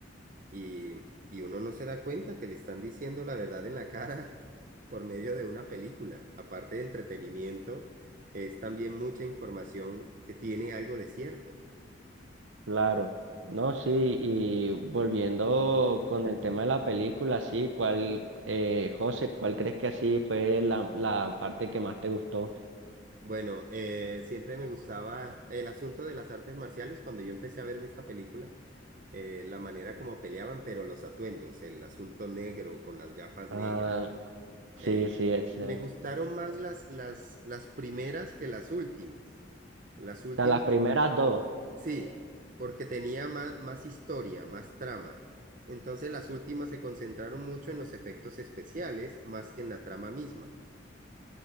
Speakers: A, on the right; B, on the right.
A: y, y uno no se da cuenta que le están diciendo la verdad en la cara <laughs> por medio de una película. Aparte de entretenimiento, es también mucha información que tiene algo de cierto.
B: Claro, no, sí, y volviendo con el tema de la película, sí, ¿cuál, eh, José, cuál crees que así fue la, la parte que más te gustó?
A: Bueno, eh, siempre me gustaba el asunto de las artes marciales cuando yo empecé a verme esta película eh, la manera como peleaban, pero los atuendos, el asunto negro con las gafas
B: Ah,
A: negras.
B: sí,
A: eh,
B: sí, ese.
A: me
B: O
A: gustaron más las, las, las primeras que las últimas. Las últimas,
B: sea, las primeras dos,
A: sí, porque tenía más, más historia, más trama. Entonces las últimas se concentraron mucho en los efectos especiales más que en la trama misma.